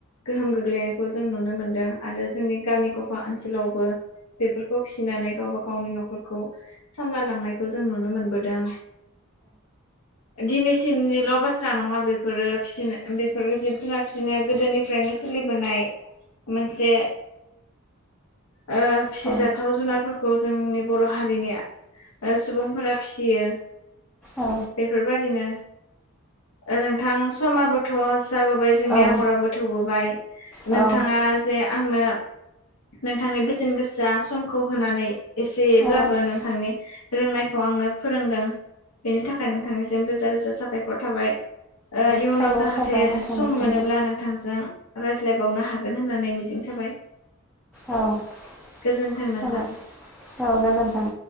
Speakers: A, on the left; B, in the centre.
A: गोहोम गोग्लैनायखौ जों नु नुनो मोनदों आरो जोंनि गामि ग'फा ओनसोलावबो बेफोरखौ फिसिनानै गावबा गावनि न'खर खौ सामलाय लांनायखौ जों नुनो मोनबोदों दिनैसिमनिल' बाथ्रा नङा बे बेफोरो फिसिन बेफोरो जिब जुनार फिसिनाया गोदोनिफ्रायनो सोलिबोनाय मोनसे ओ फिसिजाथाव
B: औ
A: जुनारफोर खौ जोंनि बर' हारिनिया ओ सुबुंफोरा फिसियो
B: औ
A: बेफोरबादिनो ओ नोंथां समा बोथ' जाबोबाय जोंनिया
B: औ औ
A: हराबो थौबोबाय नोंथाङा
B: औ
A: जे आं नो नोंथांनि बेसेन गोसा समखौ होनानै एसेब्लाबो
B: औ
A: नोंथांनि रोंनायखौ आंनो फोरोंदों बेनि थाखाय नोंथांनिसिम रोजा रोजा साबायखर थाबाय। ओ इयुनाव
B: साबायखर
A: जाहाथे
B: थाबाय नोंथांनिसिमबो
A: सम मोनोब्ला नोंथांजों रायज्ल ज्लायबावनो हागोन होननानै मिजिं थाबाय।
B: औ <unintelligible>
A: गोजोन्थों नोंथां
B: औ गोजोन् थों